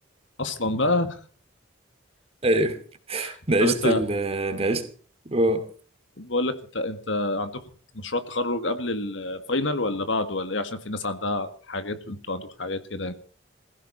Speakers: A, on the left; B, on the right.
A: اصلا بقى
B: <laughs> ايوه
A: <laughs>
B: ناقشت
A: طب انت
B: ال ناقشت آه.
A: بقول لك انت انت عندكم مشروع تخرج قبل الفاينل ولا بعده ولا ايه عشان في ناس عندها حاجات وانتوا عندكم حاجات كده يعني